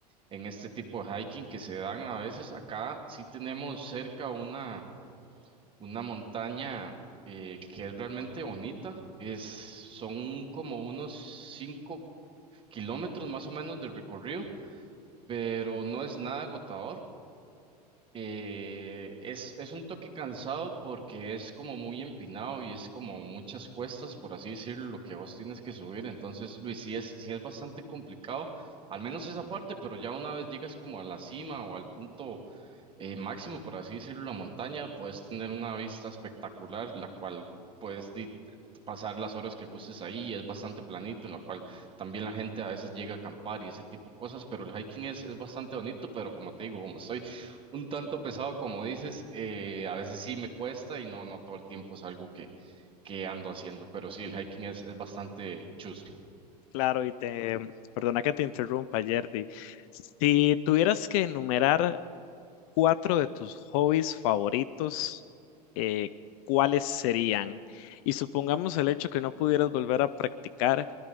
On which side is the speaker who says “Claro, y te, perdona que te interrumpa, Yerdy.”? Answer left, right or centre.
Left